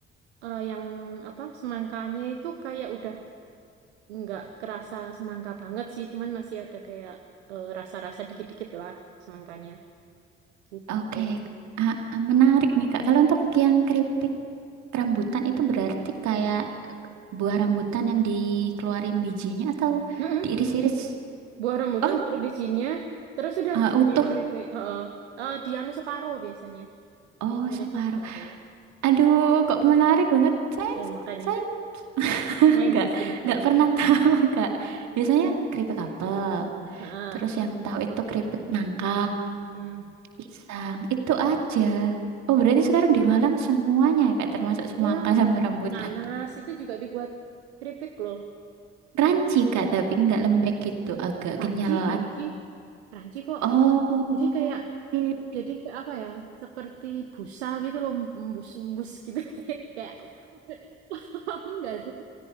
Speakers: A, on the right; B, on the right.
A: eh, yang apa semangkanya itu kayak udah nggak kerasa semangka banget sih, cuman masih ada kayak eh, rasa-rasa dikit-dikit lah semangkanya gitu.
B: Oke, ah, ah, menarik nih, Kak. Kalau untuk yang keripik rambutan itu berarti kayak buah rambutan yang dikeluarin bijinya atau
A: Mm-mm.
B: diiris-iris?
A: Buah rambutan
B: Oh,
A: dari bijinya, terus udah
B: ah,
A: dijadiin
B: utuh.
A: keripik. Heeh. Eh, di anu separuh biasanya,
B: Oh,
A: mirisnya
B: separuh.
A: separuh.
B: Aduh, kok menarik banget. Saya,
A: Eh makanya
B: saya <laughs>
A: main
B: nggak,
A: ke sini,
B: nggak
A: ayo.
B: pernah <laughs> tahu, Kak. Biasanya keripik apel.
A: Heeh.
B: Terus yang tahu itu keripik nangka,
A: Hmm.
B: pisang, itu aja. Oh, berarti sekarang di Malang semuanya ya, Kak, termasuk semangka
A: Ya,
B: sama rambutan.
A: nanas itu juga dibuat keripik loh.
B: Ranci,
A: Nah,
B: Kak, tapi nggak lembek gitu, agak
A: Pranci,
B: kenyal.
A: Pranci,
B: at-
A: Pranci kok.
B: Oh,
A: Jadi kayak
B: oke.
A: jadi ke apa ya? Seperti busa gitu loh, embus-embus gitu <laughs> kayak kayak <laughs> paham nggak sih?